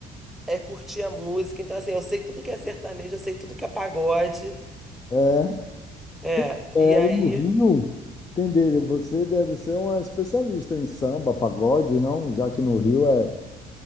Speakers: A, in the centre; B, on the left.
A: é, curtir a música. Então, assim, eu sei tudo que é sertanejo, eu sei tudo que é pagode.
B: é, é,
A: É,
B: é,
A: e aí,
B: aí no Rio, entender, você deve ser uma especialista em samba, pagode, não? Já que no Rio é,